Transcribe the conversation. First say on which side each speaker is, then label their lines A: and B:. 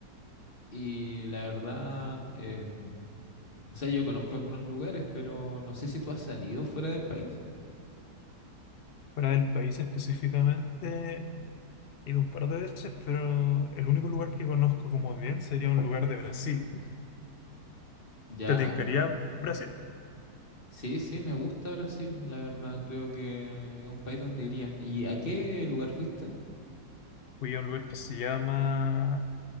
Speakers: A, on the left; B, on the left.
A: Y la verdad, em, o sea, yo conozco algunos lugares, pero no sé si tú has salido fuera del país.
B: Para del país específicamente, he ido un par de veces, pero el único lugar que conozco como bien sería un lugar de Brasil.
A: Ya,
B: ¿Te tincaría Brasil?
A: sí, sí, me gusta Brasil, la verdad, creo que es un país donde iría. ¿Y a qué lugar fuiste?
B: Fui a un lugar que se llama,